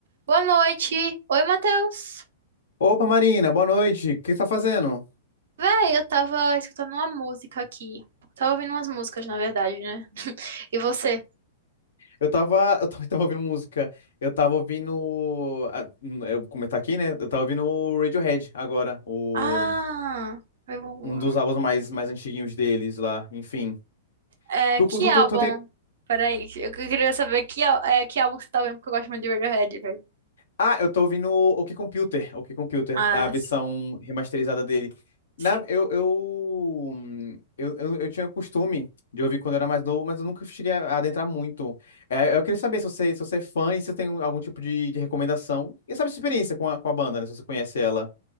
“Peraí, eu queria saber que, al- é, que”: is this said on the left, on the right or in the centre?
Right